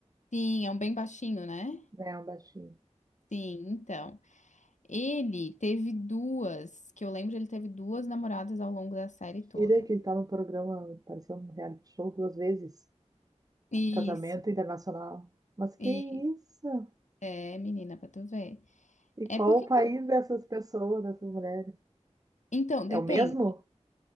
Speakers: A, on the left; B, on the right.
A: Sim, é um bem baixinho, né?
B: né, um baixinho.
A: Sim, então. Ele teve duas, que eu lembro, ele teve duas namoradas ao longo da série toda.
B: Tira que ele tá no programa, apareceu no reality show duas vezes,
A: Isso.
B: casamento internacional. Mas que
A: E
B: isso?
A: é, menina, pra tu ver.
B: E
A: É
B: qual
A: porque.
B: o país dessas pessoas, dessas mulheres?
A: Então,
B: É
A: depende.
B: o mesmo?